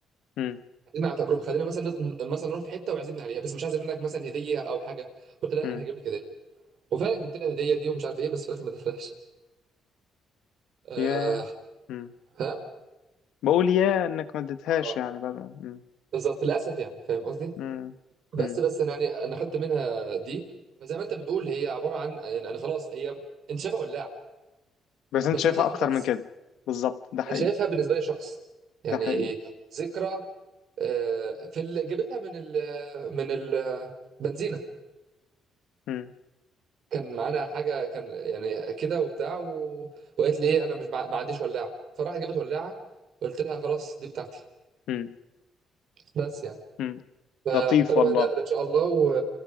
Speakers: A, on the left; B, on the right.
A: امم
B: عزمني على تجربه خلينا مثلا نط- مثلا نروح في حته وعزمني عليها بس مش عايزه منك مثلا هديه او حاجه قلت لها
A: امم
B: انا هجيب لك هديه وفعلا جبت لها الهديه دي ومش عارف ايه بس في الاخر ما اديتهاش آه
A: يا امم
B: ها
A: بقول يا انك ما اديتهاش
B: اه اه
A: يعني بعد ما- امم
B: بالظبط للاسف يعني فاهم قصدي
A: امم
B: بس
A: امم
B: بس انا يعني انا خدت منها دي فزي ما انت بتقول هي عباره عن يعني انا خلاص هي انت شايفها ولاعه
A: بس انت
B: بس
A: شايفها
B: انا شايفها
A: اكتر
B: شخص
A: من كده بالظبط ده حقيقي
B: انا شايفها بالنسبه لي شخص يعني
A: ده حقيقي
B: ذكرى آه، في اللي جابتها من ال من البنزينه
A: امم
B: كان معانا حاجه كان يعني كده وبتاع و... وقالت لي ايه انا مش مع... ما عنديش ولاعه فراحت جابت ولاعه قلت لها خلاص دي بتاعتي
A: امم
B: بس يعني
A: امم
B: فهضطر
A: لطيف والله
B: بقى نقفل ان شاء الله و...